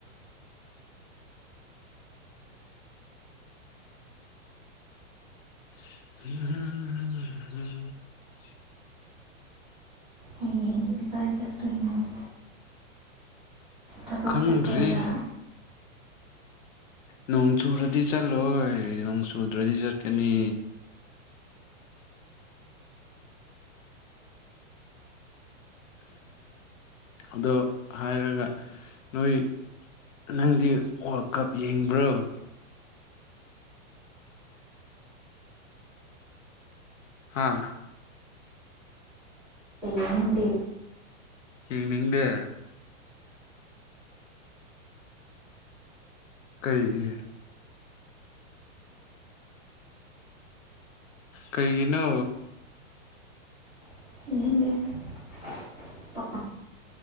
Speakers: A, on the left; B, in the centre.
A: <inaudible>
B: ꯍꯌꯦꯡ ꯀꯥꯏ ꯆꯠꯇꫭꯏꯅꫭ ꯊꯕꯛ
A: ꯈꯪꯗ꯭ꯔꯤ
B: ꯆꯠꯇꫭꯏꯔꯥ
A: ꯅꯣꯡ ꯆꯨꯔꯗꯤ ꯆꯠꯂꯣꯏ ꯅꯣꯡ ꯆꯨꯗ꯭ꯔꯗꯤ ꯆꯠꯀꯅꯤ ꯑꯗꯣ ꯍꯥꯏꯔꯒ ꯅꯣꯏ ꯅꯪꯗꯤ ꯋꯥꯔꯜ ꯀꯞ ꯌꯦꯡꯕ꯭ꯔꯣ ꯍꯥꯥ
B: ꯌꯦꯡꯅꯤꯡꯗꯦ
A: ꯌꯦꯡꯅꯤꯡꯗꯦ ꯀꯩꯒꯤ ꯀꯩꯒꯤꯅꯣ
B: <unintelligible>